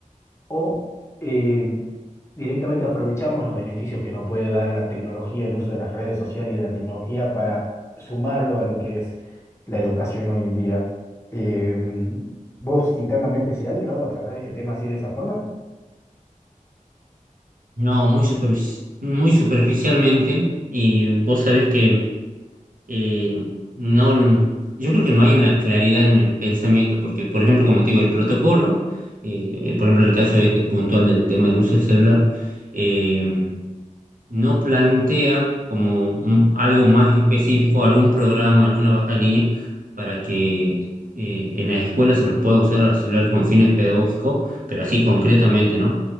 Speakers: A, on the left (about 20°); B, on the right (about 85°).
A: o eh, directamente aprovechamos los beneficios que nos puede dar la tecnología, el uso de las redes sociales y de la tecnología para sumarlo a lo que es la educación hoy en día. Eh, ¿vos internamente si has llegado a tratar este tema así de esa forma?
B: No, muy superfici- muy superficialmente, y vos sabés que eh, no, yo creo que no hay una claridad en el pensamiento, porque por ejemplo, como te digo, el protocolo, eh, por ejemplo, en el caso de este puntual del tema del uso del celular, eh, no plantea como un- algo más específico, algún programa, alguna baja de línea, para que eh, en las escuelas se los pueda usar al celular con fines pedagógicos, pero así concretamente, ¿no?